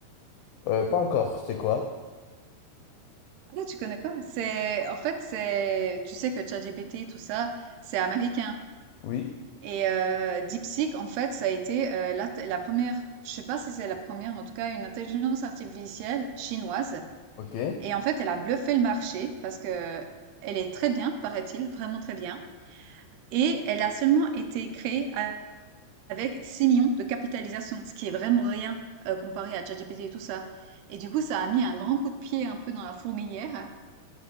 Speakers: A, on the left (about 85°); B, on the right (about 80°).
A: Euh, pas encore, c'est quoi?
B: Ah, tu connais pas. C'est, en fait, c'est, tu sais que ChatGPT, tout ça, c'est américain.
A: Oui,
B: Et euh, DeepSeek, en fait, ça a été euh, la, la première, je sais pas si c'est la première, mais en tout cas, une intelligence artificielle chinoise
A: ok,
B: Et en fait, elle a bluffé le marché parce que elle est très bien, paraît-il, vraiment très bien. Et elle a seulement été créée a- avec 6 millions de capitalisation, ce qui est vraiment rien euh, comparé à ChatGPT et tout ça. Et du coup, ça a mis un grand coup de pied un peu dans la fourmilière.